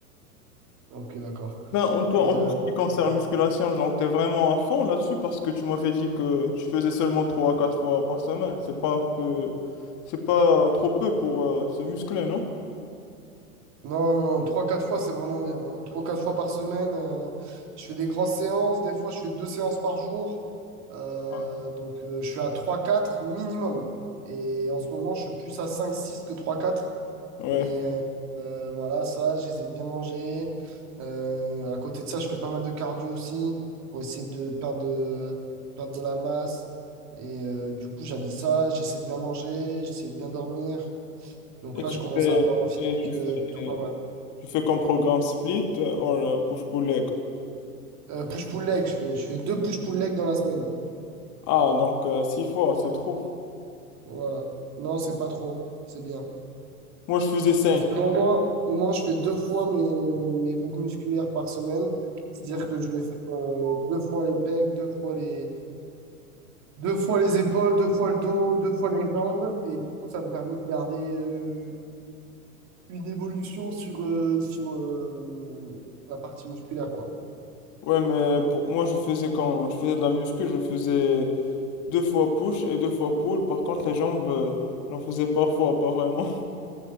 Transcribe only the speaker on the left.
Ben, en toi,
en
tout ce qui concerne musculation, genre, t'es vraiment à fond là-dessus parce que tu m'avais dit que tu faisais seulement 3 à 4 fois par semaine. C'est pas un peu... C'est pas trop peu pour euh, se muscler, non?
Ah.
Ouais.
Et
tu
fais...
Et tu fais...
Tu fais comme programme split ou push-pull leg.
Ah, donc euh, 6 fois, c'est trop.
Moi, je faisais 5.
Ouais,
Ouais, mais pour moi je faisais quand je faisais de la muscu, je faisais Deux fois push et deux fois pull. Par contre, les jambes, euh, j'en faisais parfois, pas vraiment. <laughs>